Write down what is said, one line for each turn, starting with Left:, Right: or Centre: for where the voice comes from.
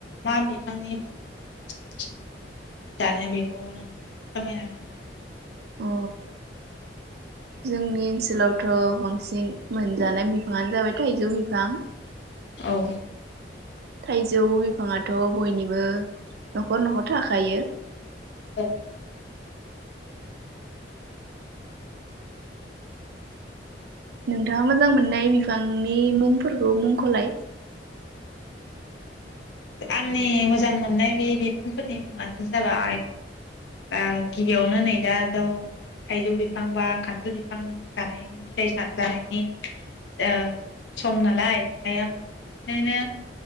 Left: मा बिफांनि फिथाइया बांसिन साबसिन जानो बेखौ नोंथाङा फोरमायना होनो हागोन नामा?
Right: अ जोंनि ओनसोलावथ' बांसिन मोनजानाय बिफाङानो जाबाय थाइजौ बिफां।
Left: औ
Right: थाइजौ बिफाङा थ' बयनिबो न'खर न'खर थाखायो।
Left: औ
Right: नोंथाङा मोजां मोननाय बिफांनि मुंफोरखौ मुंख'लाय।
Left: आंनि मोजां मोननाय बे बिफांफोरनि मुङानो जाबाय दा गिबियावनो नै दाथ' थाइजौ बिफां बा खान्थाल बिफां जानायनि फिथाइ सा जानायनि ओ सम नालाय। बेहाय आङो बांसिनैनो